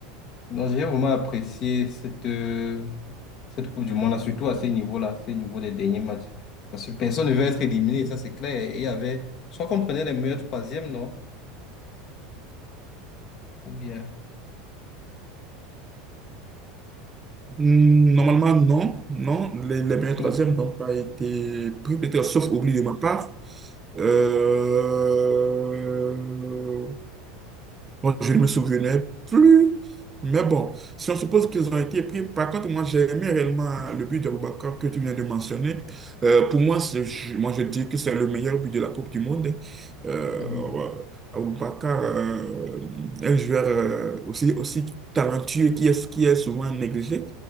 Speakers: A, on the left; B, on the right.
A: Donc, j'ai vraiment apprécié cette, euh, cette Coupe du Monde-là, surtout à ce niveau-là, à ce niveau des derniers matchs. Parce que personne ne veut être éliminé, ça c'est clair. Et il y avait, je crois qu'on prenait les meilleurs troisièmes, non? Ou bien.
B: Hmm, Normalement, non. Non, les, les meilleurs
A: On prenait-
B: troisièmes n'ont pas été pris, peut-être sauf oubli de ma part. Euh, je ne me souvenais plus. Mais bon, si on suppose qu'ils ont été pris, par contre, moi, j'ai aimé réellement hein, le but d'Aboubacar que tu viens de mentionner. Euh, pour moi, c'est- je- moi, je dis que c'est le meilleur but de la Coupe du Monde. hein. Euh,
A: Mhm.
B: ouais, Aboubacar, euh, un joueur euh, aussi, aussi talentueux qui est, qui est souvent négligé.